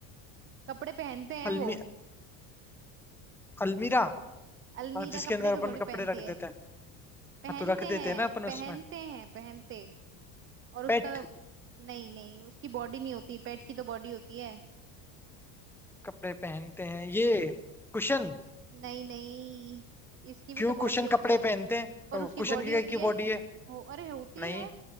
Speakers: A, on the right (about 30°); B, in the centre.
A: कपड़े पहनते हैं
B: अलमी
A: वो
B: अलमीरा
A: अलमीरा
B: और जिसके
A: कपड़े
B: अंदर
A: को
B: अपन
A: थोड़ी
B: कपड़े
A: पहनती
B: रख
A: है
B: देते हैं
A: पहनते
B: हाँ तो रख
A: हैं
B: देते हैं ना अपन
A: पहनते
B: उसमें
A: हैं पहनते और उसका
B: पेट
A: नहीं नहीं उसकी बॉडी नहीं होती पेट की तो बॉडी होती है
B: कपड़े पहनते हैं ये कुशन
A: नहीं नहीं इसकी भी
B: क्यों
A: तो बॉडी
B: कुशन
A: होती
B: कपड़े
A: है
B: पहनते हैं
A: पर
B: ओ,
A: उसकी
B: कुशन
A: बॉडी
B: की
A: होती
B: की
A: है
B: बॉडी है
A: हो अरे होती
B: नहीं
A: है